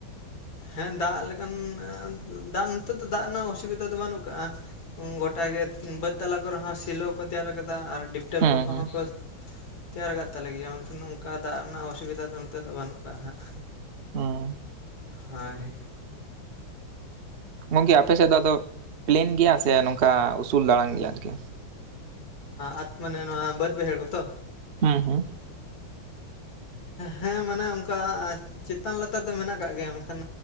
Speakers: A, on the left (about 70°); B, on the right (about 65°).
A: ᱦᱮᱸ ᱫᱟᱜ ᱞᱮᱠᱟᱱ, ᱫᱟᱜ ᱱᱤᱛᱮ ᱫᱚ ᱫᱟᱜ ᱨᱮᱱᱟᱜ ᱚᱥᱩᱵᱤᱫᱷᱟ ᱫᱚ ᱵᱟᱹᱱᱩᱜ ᱠᱟᱜᱼᱟ᱾ ᱜᱚᱴᱟᱜᱮ ᱵᱟᱹᱫᱽ ᱛᱟᱞᱟ ᱠᱚᱨᱮ ᱦᱚᱸ ᱥᱮᱞᱚ ᱠᱚ ᱛᱮᱭᱟᱨ ᱠᱟᱫᱟ᱾ ᱟᱨ ᱰᱤᱯᱴᱮᱞ
B: ᱦᱩᱸ
A: ᱠᱚᱠᱚᱦᱚᱸ
B: ᱦᱩᱸ
A: ᱠᱚ ᱛᱮᱭᱟᱨ ᱠᱟᱜ ᱛᱟᱞᱮ ᱜᱮᱭᱟ᱾ ᱢᱮᱱᱠᱷᱟᱱ ᱱᱚᱝᱠᱟ ᱫᱟᱜ ᱨᱮᱱᱟᱜ ᱚᱥᱩᱵᱤᱫᱷᱟ ᱫᱚ ᱱᱤᱛᱚᱜ ᱫᱚ ᱵᱟᱹᱱᱩᱜ ᱠᱟᱜ ᱦᱟᱸᱜ᱾
B: ᱦᱩᱸ
A: ᱦᱳᱭ᱾
B: ᱜᱚᱝᱠᱮ ᱟᱯᱮ ᱥᱮᱫ ᱫᱚ ᱟᱫᱚ, ᱯᱞᱮᱱ ᱜᱮᱭᱟ ᱥᱮ ᱱᱚᱝᱠᱟ ᱩᱥᱩᱞ ᱫᱟᱲᱟᱱ ᱜᱮᱭᱟ ᱟᱨᱠᱤ?
A: ᱟᱛ ᱢᱟᱱᱮ, ᱱᱚᱣᱟ ᱵᱟᱸᱫᱽ ᱵᱟᱹᱭᱦᱟᱹᱲ ᱠᱚᱛᱚ᱾
B: ᱦᱮᱸ ᱦᱮᱸ᱾
A: ᱦᱮᱸ ᱢᱟᱱᱮ ᱚᱱᱠᱟ, ᱪᱮᱛᱟᱱ ᱞᱟᱛᱟᱨ ᱫᱚ ᱢᱮᱱᱟᱜ ᱠᱟᱜ ᱜᱮᱭᱟ᱾ ᱢᱮᱱᱠᱷᱟᱱ